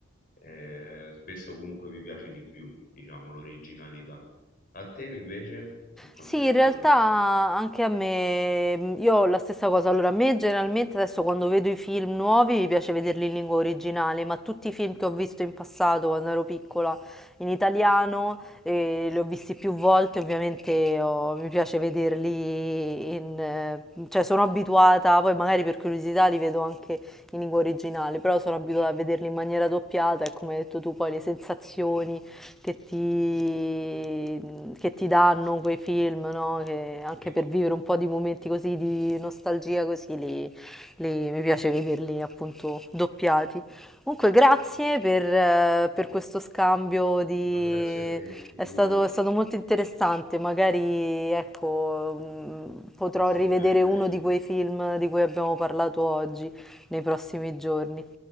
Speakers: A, on the left; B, in the centre.
A: eh, spesso comunque mi piace di più, diciamo, l'originalità. A te invece, per quanto
B: Sì,
A: riguarda...
B: in realtà anche a me, mm, io ho la stessa cosa. Allora, a me generalmente adesso quando vedo i film nuovi mi piace vederli in lingua originale, ma tutti i film che ho visto in passato quando ero piccola in italiano, eh, li ho visti più volte, ovviamente ho- mi piace vederli in... eh, cioè sono abituata, poi magari per curiosità li vedo anche in lingua originale, però sono abituata a vederli in maniera doppiata e come hai detto tu poi le sensazioni che ti, che ti danno quei film, no? Che anche
A: Sì,
B: per vivere un po' di momenti così di nostalgia, così li, li- mi piace vederli appunto doppiati. Comunque, grazie per, eh, per questo scambio di...
A: ma grazie a te, figurati,
B: È stato, è stato molto interessante, magari ecco, mh, potrò
A: è assolutamente
B: rivedere uno
A: reciproco.
B: di quei film di cui abbiamo parlato oggi nei prossimi giorni.